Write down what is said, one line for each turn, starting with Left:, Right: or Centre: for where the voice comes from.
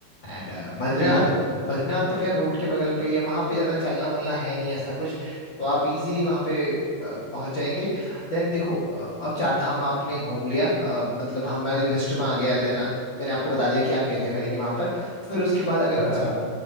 Left: एंड बद्रीनाथ
Right: ठीक है
Left: बद्रीनाथ तो खैर रोड के बगल पे ही है वहाँ पे ज़्यादा चलना वलना है नहीं ऐसा कुछ तो आप इजीली वहाँ पे अ, पहुंच जाएंगे देन देखो अ, अब चार धाम आपने घूम लिया अ, मतलब हमारी लिस्ट में आ गया देन मैंने आपको बता दिया कि आप क्या क्या करेंगे वहां पर फिर उसके बाद अगर
Right: अच्छा